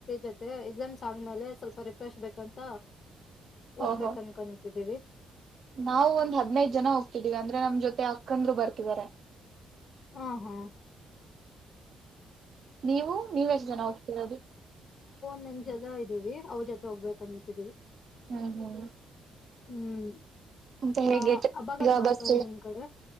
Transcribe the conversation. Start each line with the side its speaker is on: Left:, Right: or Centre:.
Left: ಜೊತೆ ಎಕ್ಸಾಮ್ಸ್ ಆದ್ಮೇಲೆ ಸ್ವಲ್ಪ ರಿಫ್ರೆಶ್ ಬೇಕಂತ ಹೋಗ್ಬೇಕ
Right: ಓಹೋ
Left: ಅನ್ಕನ ಇದ್ದೀವಿ
Right: ನಾವು ಒಂದ್ದ್ನೈದು ಜನ ಹೋಗ್ತಿದೀವಿ ಅಂದ್ರೆ ನಮ್ ಜೊತೆ ಆ ಅಕಂದ್ರು ಬರ್ತಾರೆ
Left: ಹಾ ಹಾ
Right: ನೀವು ನೀವೆ ಎಷ್ಟು ಜನ ಹೋಗ್ತಿರೋದು
Left: ನನ್ ಜದ ಇದೀವಿ ಅವ್ರ ಜೊತೆ ಹೋಗ್ಬೇಕಂತಿದಿವವಿ
Right: ಹ್ಮ್ ಹ್ಮ್
Left: ಹ್ಮ್
Right: ಮತ್ತೆ
Left: ಇನ್ನ
Right: ಹೇಗೆ
Left: ಹಬ್ಬಲ್
Right: ಈಗ
Left: ಮಾಡ್ತಾರ
Right: ಬಸ್
Left: ನಿಮ್ ಕಡ್ರ